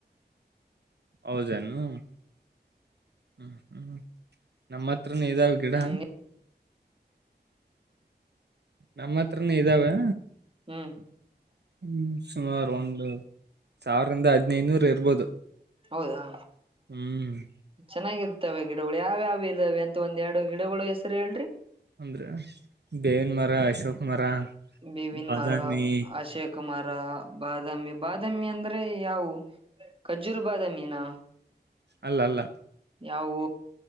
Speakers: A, on the right; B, on the right.
A: ಹೌದನು ಹ್ಮ ಹ್ಮ್ ನಮ್ಮತ್ ಪತ್ರ ನೀದಾವ ಗಿಡ
B: ಹ್ಮ್
A: ನಮ್ಮ ಹತ್ರನ ಇದಾವೆ
B: ಹ್ಮ್
A: ಹ್ಮ ಸುಮಾರು ಒಂದು ಸಾವಿರಿಂದ ಹದ್ನೈನೂರ ಇರ್ಬೋದು
B: ಹೌದಾ
A: ಹ್ಮ್ <inaudible>
B: ಚೆನ್ನಾಗಿರ್ತವೆ ಗಿಡಗಳು ಯಾವ್ಯಾವ ಇರಾವವಿ ಅಂತ ಒಂದ್ ಎರಡು ಗಿಡಗಳು ಹೆಸರು ಹೇಳ್ರಿ
A: ಅಂದ್ರ ಬೇವನ್ ಮರ ಅಶೋಕ್ ಮರ
B: ಬೇವಿನ್ಮಾರ
A: ಬಾದಾಮಿ
B: ಆಶೆೇಕ ಕುಮಾರ ಬಾದಾಮಿ ಬಾದಾಮಿ ಅಂದ್ರ ಅ್ರೆ ಯಾವವು ಖಜ್ಜುರು ಬಾದ ಮೀನಾ
A: ಅಲ್ಲ ಅಲ್ಲ
B: ಯವುು